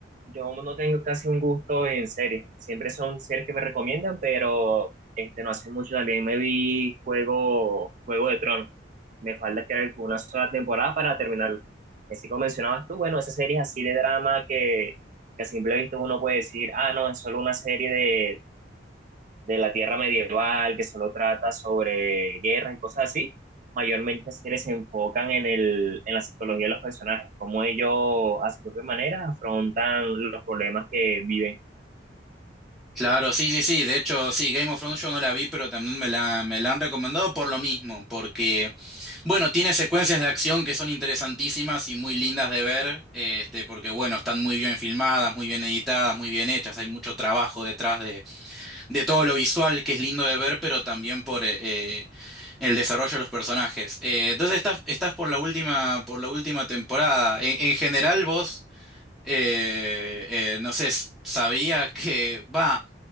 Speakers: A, on the right; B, in the centre.
A: Yo no tengo casi un gusto en series. Siempre son series que me recomiendan, pero este, no hace mucho también me vi Juego, Juego de Tronos. Me falta que una sola temporada para terminar. Así como mencionabas tú, bueno, esas series así de drama que, que a simple vista uno puede decir, ah, no, es solo una serie de, de la tierra medieval, que solo trata sobre guerras y cosas así, mayormente series se enfocan en el, en la psicología de los personajes, cómo ellos a su propia manera afrontan los problemas que viven.
B: Claro, sí, sí, sí. De hecho, sí, Game of Thrones yo no la vi, pero también me la, me la han recomendado por lo mismo, porque, bueno, tiene secuencias de acción que son interesantísimas y muy lindas de ver, eh, este, porque, bueno, están muy bien filmadas, muy bien editadas, muy bien hechas, hay mucho trabajo detrás de, de todo lo visual que es lindo de ver, pero también por eh, eh, el desarrollo de los personajes. Eh, entonces estás, estás por la última, por la última temporada. En, en general, vos, eh, eh, no sé, sabías que va.